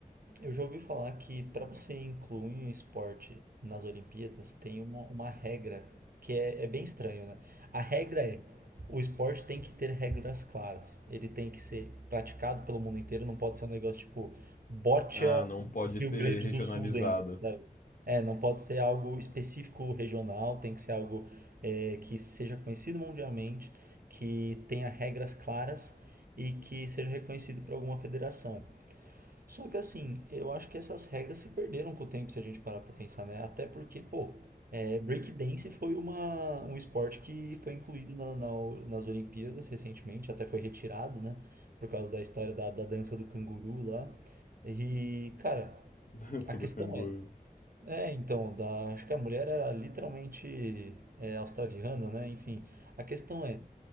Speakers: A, on the right; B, on the left.
A: Eu já ouvi falar que para você incluir um esporte nas Olimpíadas tem uma, uma regra que é, é bem estranho, né? A regra é, o esporte tem que ter regras claras. Ele tem que ser praticado pelo mundo inteiro, não pode ser um negócio tipo Boccia
B: Ah, não pode
A: Rio
B: ser
A: Grande
B: regionalizada.
A: do Sulzense, sabe? É, não pode ser algo específico regional, tem que ser algo é, que seja conhecido mundialmente, que tenha regras claras e que seja reconhecido por alguma federação. Só que assim, eu acho que essas regras se perderam com o tempo se a gente parar pra pensar, né? Até porque, pô, é, breakdance foi uma, um esporte que foi incluído na- na- nas Olimpíadas recentemente, até foi retirado, né? Por causa da história da, da dança do canguru lá. E, cara,
B: <laughs> Dança
A: a questão
B: do canguru.
A: é. É, então, da, acho que a mulher era literalmente é, australiana, né? Enfim, a questão é.